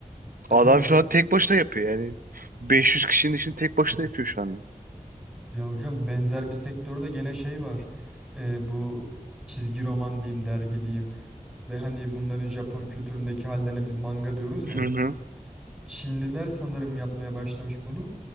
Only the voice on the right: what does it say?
Adam
şu an tek başına yapıyor yani. 500 kişinin işini tek başına yapıyor şu anda.
<laughs>